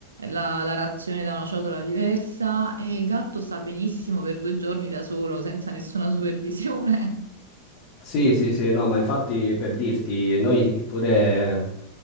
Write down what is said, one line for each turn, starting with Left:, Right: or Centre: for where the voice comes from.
Right: la, la razione da una ciotola diversa e il gatto sta benissimo per due giorni da solo, senza nessuna supervisione.
Left: Sì, sì, sì, no, ma infatti per dirti, noi pure